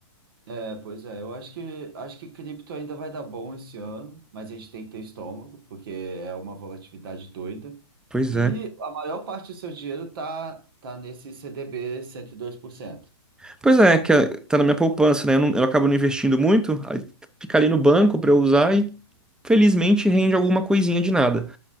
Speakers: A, on the right; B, in the centre.
A: É, pois é, eu acho que acho que cripto ainda vai dar bom esse ano, mas a gente tem que ter estômago, porque é uma volatilidade doida.
B: Pois
A: E
B: é.
A: a maior parte do seu dinheiro tá tá nesse CDB 102%.
B: Pois é, que eh, tá na minha poupança, né? Eu, não- eu acabo não investindo muito, aí fica ali no banco para eu usar e felizmente rende alguma coisinha de nada,